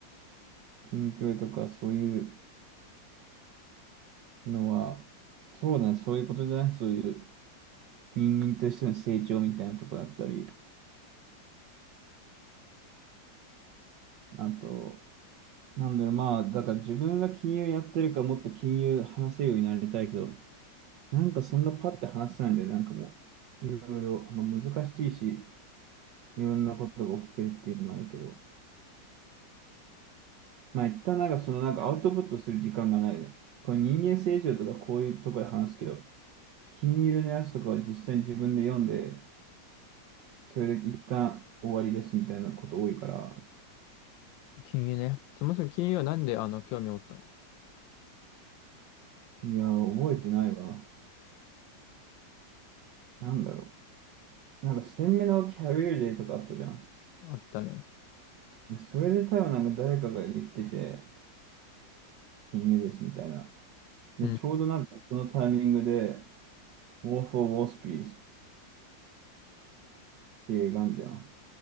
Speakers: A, on the right (about 70°); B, on the left (about 85°).
A: 筋トレとかそういうのは、そうだね、そういうことじゃない、そういう人間としての成長みたいなところだったり、あと、なんだろう、まあ、だから自分が金融やってるからもっと金融話せるようになりたいけど、なんかそんなパッて話せないんだよね、なんかもう、いろいろ、まあ、難しいし、いろんなことが起きてるっていうのもあるけど、まあ一旦なんかそのなんかアウトプットする時間がないね。これ人間成長とかこういうところで話すけど、金融のやつとかは実際に自分で読んで、それで一旦終わりですみたいなこと多いから、
B: 金融ね。そもそも金融はなんであの興味を持ったの
A: いや、覚えてないわ。なんだろう。なんか鮮明のキャリアデーとかあったじゃん。
B: あったね。
A: で、それで多分なんか誰かが言ってて、金融ですみたいな。で、
B: うん。
A: ちょうどなんかそのタイミングで、War for Wall Street っていう映画あんじゃん。